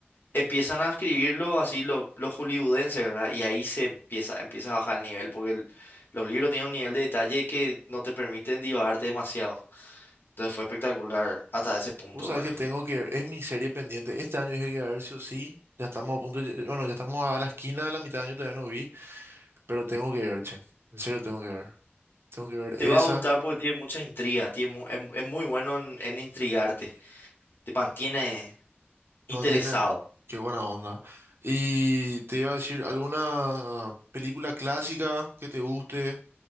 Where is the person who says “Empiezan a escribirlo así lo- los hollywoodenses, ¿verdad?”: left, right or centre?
Left